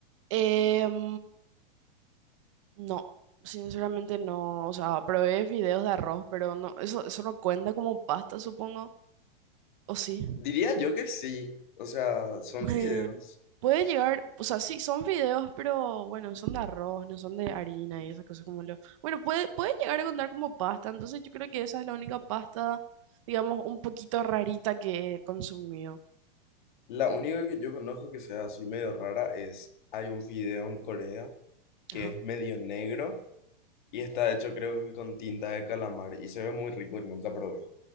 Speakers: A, on the right; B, on the left.
A: Em, No, sinceramente no. O sea, probé fideos de arroz, pero no, eso, eso no cuenta como pasta, supongo. O sí.
B: Diría
A: <laughs>
B: yo que sí, o sea, son
A: Eh,
B: fideos.
A: puede llegar, o sea, sí, son fideos, pero bueno, son de arroz, no son de harina y esas cosas como lo. Bueno, puede, puede llegar a contar como pasta, entonces yo creo que esa es la única pasta, digamos, un poquito rarita que he consumido.
B: La única que yo conozco que sea así medio rara es, hay un video en Corea que
A: Ajá.
B: es medio negro y está hecho creo que con tinta de calamar y se ve muy rico y nunca probé,